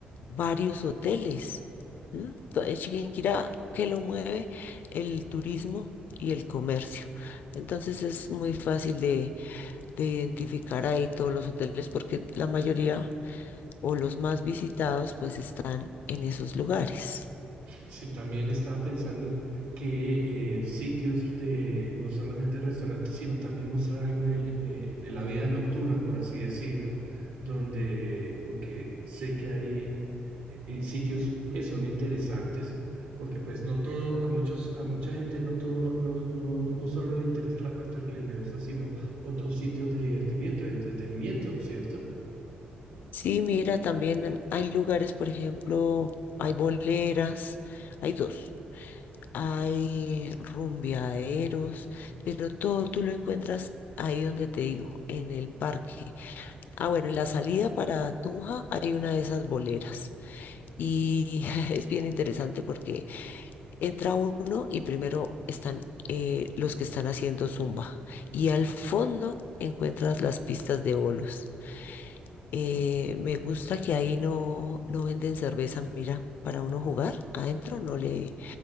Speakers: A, on the left; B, on the right.
A: varios hoteles. ¿m? To- eh, Chiquinquirá, que lo mueve? El turismo y el comercio. Entonces es muy fácil de, de identificar ahí todos los hoteles porque la mayoría o los más visitados pues están en esos lugares.
B: Sí, también estaba pensando que eh, sitios de no solamente restaurantes, sino también mostrar algo del- de, de la vida nocturna, por así decirlo, donde, porque sé que hay eh, eh, sitios que son interesantes, porque pues no todo, a muchos, a mucha gente no todo, no, no, no solo le interesa la parte religiosa, sino otros sitios de divertimiento, de entretenimiento, ¿no es cierto?
A: Sí, mira, también em, hay lugares, por ejemplo, hay boleras, hay dos, hay rumbeaderos, pero todo tú lo encuentras ahí donde te digo, en el parque. Ah, bueno, en la salida para Tunja hay una de esas boleras y <laughs> es bien interesante porque entra uno y primero están eh, los que están haciendo zumba y al fondo encuentras las pistas de bolos. Eh, me gusta que ahí no, no venden cerveza, mira, para uno jugar adentro no le,